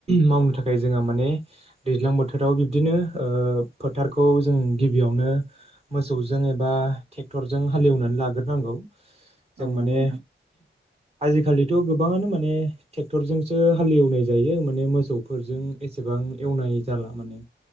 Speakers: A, on the right; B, on the right.
A: मावनो थाखाय जोंहा माने दैज्लां बोथोराव बिब्दिनो फोथारखौ जों गिबियावनो मोसौजों एबा ट्रेक्टरजों हालेवनानै लाग्रोनांगौ जों
B: औ
A: माने
B: नंगौ नोंथां
A: आजिखालिथ गोबाङानो माने ट्रेक्टरजोंसो हालेवनाय जायो माने मोसौफोरजों एसेबां एवनाय जाला माने